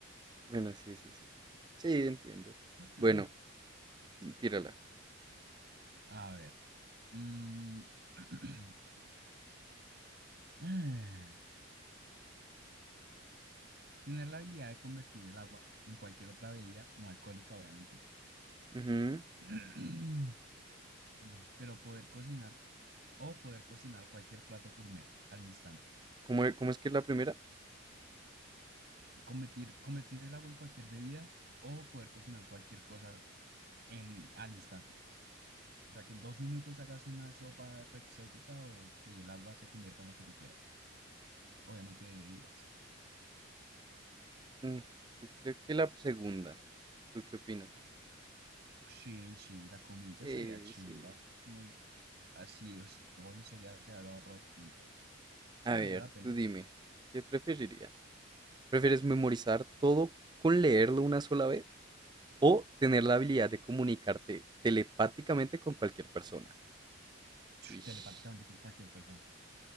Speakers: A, on the right; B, on the right.
A: Bueno, sí, sí, sí. Sí, entiendo.
B: <clears throat>
A: Bueno, tírala.
B: a ver, mm, <clears throat> ah, tener la habilidad de convertir el agua en cualquier otra bebida, no alcohólica, obviamente.
A: Ujú.
B: <clears throat> Dios, pero poder cocinar o poder cocinar cualquier plato gourmet al instante.
A: ¿Cómo, e- cómo es que es la primera?
B: Convertir, convertir el agua en cualquier bebida o poder cocinar cualquier cosa en, al instante. O sea, que en dos minutos hagas una sopa re exótica o que el agua se convierta en lo que tú quieras. Obviamente de bebidas.
A: Mm, yo creo que la segunda. ¿Tú qué opinas?
B: Sí, sí, la comida
A: Sí,
B: estaría chimba.
A: sí.
B: No, así, o sea, obvio sería hacer el ahorro de tiempo. Sí,
A: A
B: valdría
A: ver,
B: la pena.
A: tú dime, ¿qué preferirías? ¿Prefieres memorizar todo con leerlo una sola vez o tener la habilidad de comunicarte telepáticamente con cualquier persona?
B: Ch,
A: Ish.
B: Telepáticamente
A: <laughs>
B: con cualquier persona.